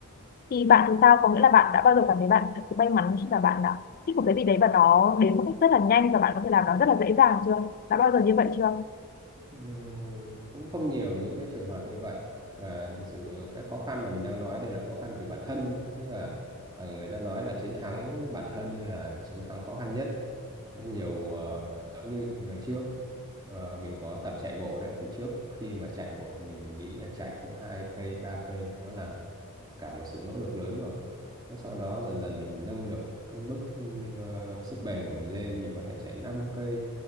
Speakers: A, on the left; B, on the right.
A: Thì bạn thì sao? Có nghĩa là bạn đã bao giờ cảm thấy bạn thật sự may mắn khi mà bạn đã thích một cái gì đấy và nó đến một cách rất là nhanh và bạn có thể làm nó rất là dễ dàng chưa? Đã bao giờ như vậy chưa?
B: Ừm, cũng không nhiều những cái trường hợp như vậy và thực sự cái khó khăn mà mình đang nói đây là khó khăn từ bản thân đấy. Tức là ờ, người ta nói là chiến thắng bản thân là chiến thắng khó khăn nhất Đấy, nhiều ờ, giống như ngày trước ờ, mình có tập chạy bộ đấy thì trước khi mà chạy bộ mình nghĩ là chạy cỡ hai cây ba cây nó là cả một sự nỗ lực lớn rồi Thế sau đó dần dần mình nâng được cái mức ừ, ờ, sức bền của mình lên mình có thể chạy năm cây